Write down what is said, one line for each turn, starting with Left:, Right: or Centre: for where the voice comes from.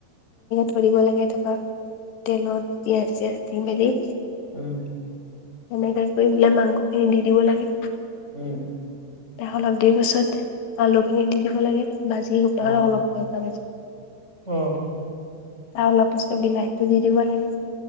Left: পৰিব লাগে তাৰপৰা, তেলত পিয়াজ- চিয়াজ দি মেলি
Right: উম।
Left: এনেকে কৰি দিলে মাংসখিনি দি দিব লাগে।
Right: উম।
Left: অলপ দেৰি পাছত, আলুখিনি দি দিব লাগে ভাজি শুাল
Right: অ
Left: <inaudible> অল পত
Right: অ।
Left: তাৰ অলপ পাছত বিলাহীটো দি দিব লাগে।